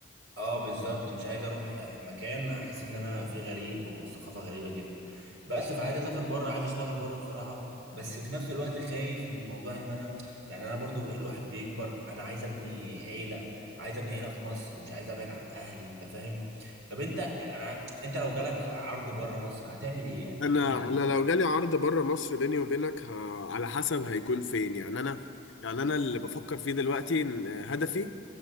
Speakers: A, on the right; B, on the left.
A: اه بالظبط مش عايز اروح مكان احس ان انا فيه غريب والثقافه غريبه جدا بس فعايز اسافر بره عايز اشتغل بره بصراحه بس في نفس الوقت خايف من موضوع ان انا يعني انا برضو الواحد بيكبر انا عايز ابني عيله عايز ابني عيله في مصر ومش عايز ابعد عن اهلي انت فاهم طب انت انا انت لو جالك عرض بره مصر هتعمل ايه يعني
B: انا
A: قول لي
B: انا لو جالي عرض بره مصر بيني وبينك ه... على حسب هيكون فين يعني انا يعني انا اللي بفكر فيه دلوقتي إن هدفي